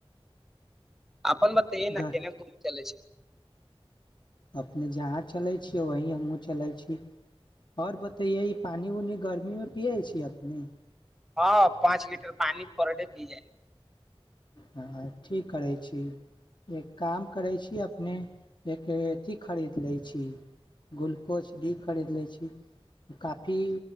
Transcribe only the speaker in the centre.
अपन बताे
न केना घूमी चले छै
हँ पाँच लीटर पानी पर डे पी जाइ